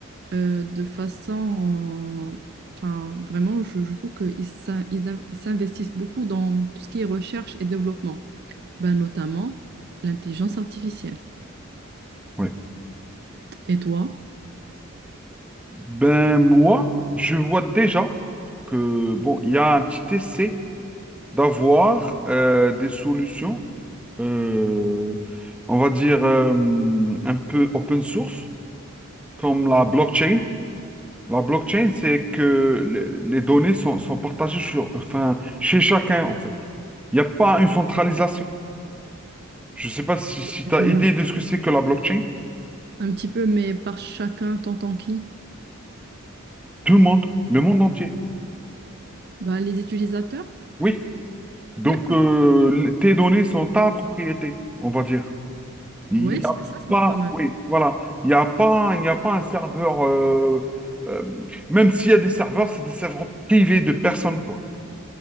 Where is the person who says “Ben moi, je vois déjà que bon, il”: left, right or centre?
Centre